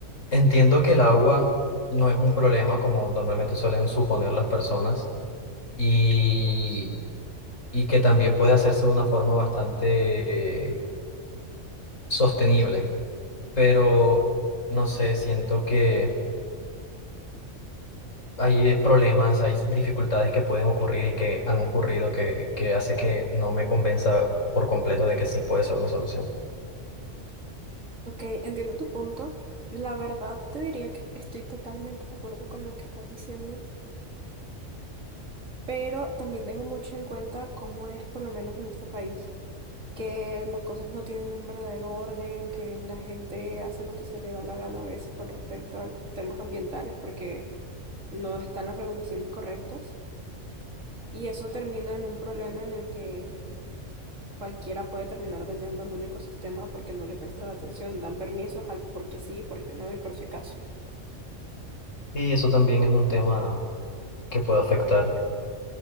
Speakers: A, on the left (about 75°); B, on the right (about 80°).
A: entiendo que el agua no es un problema como normalmente suelen suponer las personas y, y que también puede hacerse de una forma bastante eh, sostenible, pero no sé, siento que hay eh, problemas, hay dificultades que pueden ocurrir y que han ocurrido que, que hace que no me convenza por completo de que sí puede ser una solución.
B: Ok, entiendo tu punto. La verdad te diría que estoy totalmente de acuerdo con lo que estás diciendo, pero también tengo mucho en cuenta cómo es por lo menos en este país. que las cosas no tienen un verdadero orden, que la gente hace lo que se le da la gana a veces con respecto a los temas ambientales porque no están las regulaciones correctas. Y eso termina en un problema en el que cualquiera puede terminar dañando algún ecosistema porque no le prestan atención, dan permisos al porque sí, porque no y por si acaso.
A: Y eso también es un tema que puede afectar.